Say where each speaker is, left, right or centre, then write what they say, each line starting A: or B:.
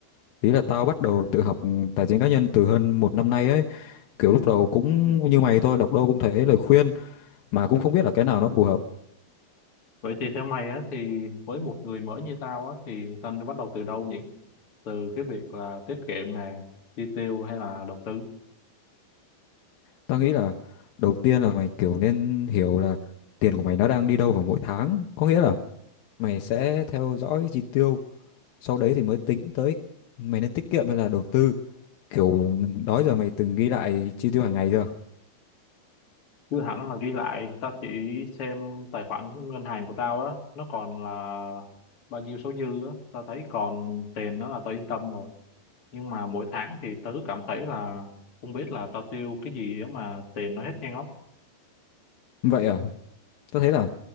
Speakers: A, on the left; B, on the left.
A: ý là tao bắt đầu tự học tài chính cá nhân từ hơn một năm nay ấy kiểu lúc đầu cũng như mày thôi đọc đâu cũng thấy lời khuyên mà cũng không biết là cái nào nó phù hợp
B: Vậy thì theo mày á, thì với một người mới như tao á, thì tao nên bắt đầu từ đâu nhỉ? Từ cái việc là tiết kiệm nè, chi tiêu hay là đầu tư?
A: tao nghĩ là đầu tiên là mày kiểu nên hiểu là tiền của mày nó đang đi đâu vào mỗi tháng có nghĩa là mày sẽ theo dõi chi tiêu sau đấy thì mới tính tới mày nên tiết kiệm hay là đầu tư kiểu đó giờ mày từng ghi lại chi tiêu hàng ngày chưa
B: Chứ hẳn là ghi lại, tao chỉ xem tài khoản ngân hàng của tao á, nó còn là bao nhiêu số dư á, tao thấy còn tiền nó là tao yên tâm rồi. nhưng mà mỗi tháng thì tao cứ cảm thấy là không biết là tao tiêu cái gì á mà tiền nó hết nhanh óc
A: vậy à tao thấy là